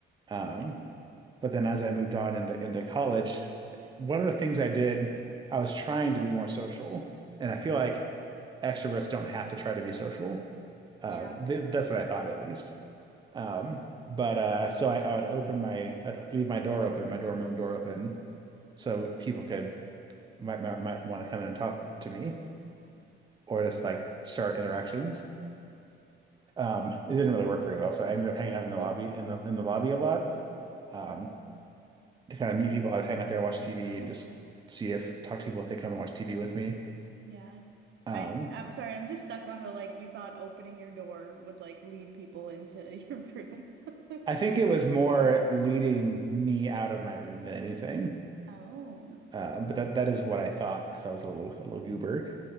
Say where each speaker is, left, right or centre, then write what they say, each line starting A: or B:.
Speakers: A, on the right; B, on the right.
A: Um,
B: Okay.
A: but then as I moved on into into college, one of the things I did, I was trying to be more social, and I feel like extroverts don't have to try to be social. Uh,
B: Yeah.
A: th that's what I thought at least. Um, but uh, so I, I would open my, I'd leave my door open, my dorm room door open, so people could might might, might want to come in and talk to me or just like start interactions. Um, it didn't really work very well, so I ended up hanging out in
B: <laughs>
A: the lobby in the in the lobby a lot um, to kind of meet people. I would hang out there, watch TV, and just see if talk to people if they come and watch TV with me.
B: Yeah.
A: Um,
B: I I'm sorry, I'm just stuck on the like you thought opening your door would like lead people into <laughs> your room. <laughs>
A: I think it was more leading me out of my room than anything.
B: Oh.
A: Uh, but that that is what I thought because I was a little a little goober.